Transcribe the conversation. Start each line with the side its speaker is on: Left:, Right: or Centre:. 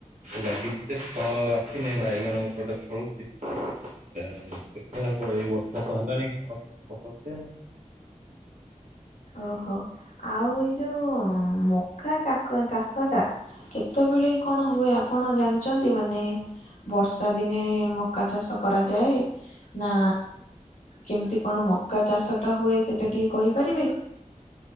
Right: ଲାଗିଛି ଫଳ ଆସିଲେ ବାଇଗଣ ଗୋଟେ ଗୋଟେ ଫଳୁଛି। ଦେଖିଆ ଏଇ ବର୍ଷା ତ ହେଲାଣି କଣ କେମତି ହବ <unintelligible>
Left: ଓହୋ ଆଉ ଏଇ ଯୋଉ ମ ଆଖା ଚାକ ଚାଷ ଟା କେତେବେଳେ କଣ ହୁଏ ଆପଣ ଜାଣିଛନ୍ତି ମାନେ ବର୍ଷା ଦିନେ ମକା ଚାଷ କରାଯାଏ ନା କେମିତି କଣ ମକା ଚାଷଟା ହୁଏ ସେଟା ଟିକେ କହିପାରିବେ।